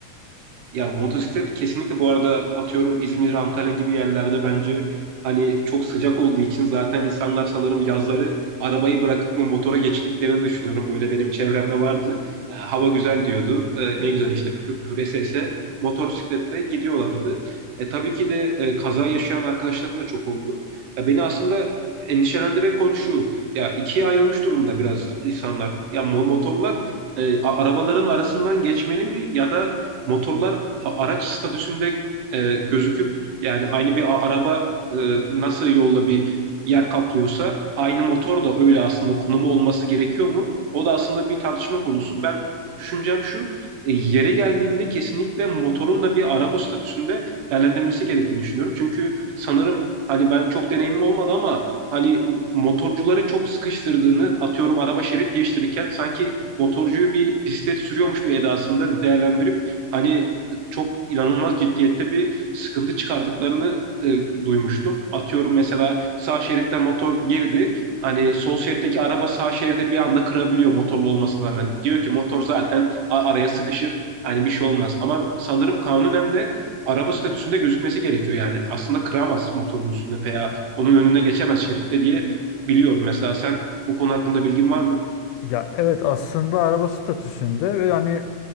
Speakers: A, on the right; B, on the left.
A: Ya motosiklet kesinlikle bu arada atıyorum İzmir, Antalya gibi yerlerde bence hani çok sıcak olduğu için zaten insanlar sanırım yazları arabayı bırakıp mı motora geçtiklerini düşünüyorum. Böyle benim çevremde vardı. E, hava güzel diyordu. E, ne güzel işte pür pür ese motosikletle gidiyorlardı. E, tabii ki de e, kaza yaşayan arkadaşlarım da çok oldu. Ya beni aslında endişelendiren konu şu. Ya ikiye ayrılmış durumda biraz insanlar. Ya mo- motorlar e, a- arabaların arasından geçmeli mi ya da motorlar a- araç statüsünde e, gözüküp yani aynı bir a- araba e, nasıl yolda bir yer kaplıyorsa aynı motor da öyle aslında konumu olması gerekiyor mu? O da aslında bir tartışma konusu. Ben düşüncem şu, e, yere geldiğinde kesinlikle motorun da bir araba statüsünde değerlendirilmesi gerektiğini düşünüyorum. Çünkü sanırım hani ben çok deneyimim olmadı ama hani mo- motorcuları çok sıkıştırdığını atıyorum araba şerit değiştirirken sanki motorcuyu bir bisiklet sürüyormuş bir edasında değerlendirip hani çok inanılmaz ciddiyette bir sıkıntı çıkardıklarını e, duymuştum. Atıyorum mesela sağ şeritte motor girdi. Hani sol şeritteki araba sağ şeride bir anda kırabiliyor motorlu olmasına rağmen. Diyor ki motor zaten a- araya sıkışır. Hani bir şey olmaz. Ama sanırım kanunen de araba statüsünde gözükmesi gerekiyor. Yani aslında kıramaz motorun üstünde veya onun önüne geçemez şeritte diye biliyorum. Mesela sen bu konu hakkında bilgin var mı?
B: Ya evet aslında araba statüsünde ve hani